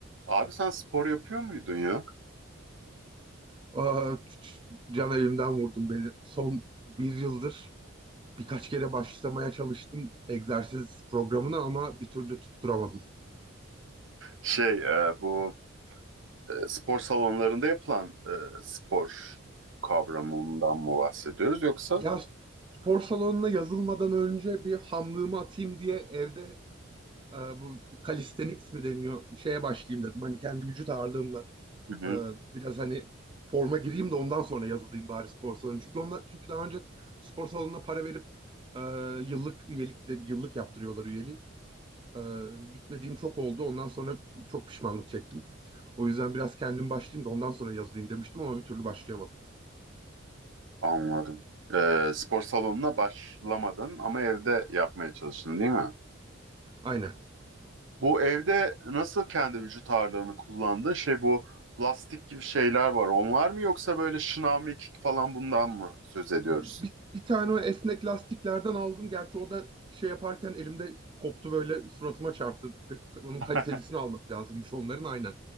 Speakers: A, on the right; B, on the right.
A: Abi sen spor yapıyor muydun ya?
B: Aa, ç- ç- can elimden vurdun beni. Son bir yıldır birkaç kere başlamaya çalıştım egzersiz programına ama bir türlü tutturamadım.
A: Şey e, bu e, spor salonlarında yapılan e, spor kavramından mı bahsediyoruz yoksa?
B: Ya spor salonuna yazılmadan önce bir hamlığımı atayım diye evde e, bu calisthenics mi deniyor şeye başlayayım dedim. Hani kendi vücut ağırlığımla
A: Hı hı,
B: e, biraz hani forma gireyim de ondan sonra yazılayım bari spor salonu. Çünkü ondan, çünkü daha önce spor salonuna para verip e, yıllık üyelik bir de yıllık yaptırıyorlar üyeliği. Ee, gitmediğim çok oldu. Ondan sonra çok pişmanlık çektim. O yüzden biraz kendim başlayayım da ondan sonra yazayım demiştim ama bir türlü başlayamadım.
A: anladım. E, spor salonuna başlamadın ama evde yapmaya çalıştın değil mi?
B: Aynen.
A: Bu evde nasıl kendi vücut ağırlığını kullandın? Şey bu plastik gibi şeyler var. Onlar mı yoksa böyle şınav mekik falan bundan mı söz ediyoruz?
B: Bir, bir tane o esnek lastiklerden aldım. Gerçi o da şey yaparken elimde koptu böyle suratıma çarptı. Pek- Onun
A: <laughs>
B: kalitelisini almak lazımmış onların aynen.